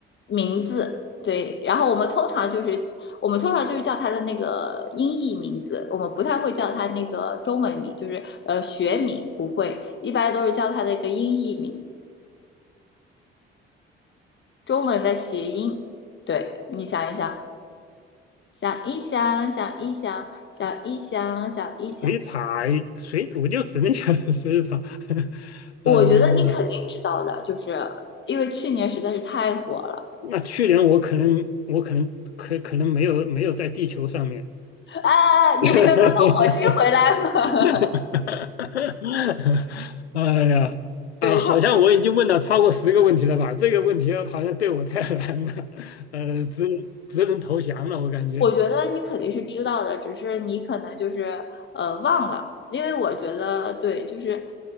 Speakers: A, on the left (about 35°); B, on the left (about 85°).
A: 名字，对，然后我们通常就是我们通常就是叫它的那个音译名字，我们不太会叫它那个中文名，就是呃学名不会，一般都是叫它的一个音译名，中文的谐音。对，你想一想，想一想，想一想，想一想，想一想，
B: 水塔水我就只能想到水塔。<laughs> 嗯。
A: 我觉得你肯定知道的，就是因为去年实在是太火了。
B: 那去年我可能我可能可可能没有没有在地球上面，
A: 啊，啊啊你是刚刚从火星回来吗？
B: <laughs> <laughs> 哈哈哈！哈哈！哎呀，啊，
A: <laughs> 对他，
B: 好像我已经问了超过十个问题了吧？这个问题好像对我太难了，呃，只能只能投降了，我感觉。
A: 我觉得你肯定是知道的，只是你可能就是呃忘了，因为我觉得对，就是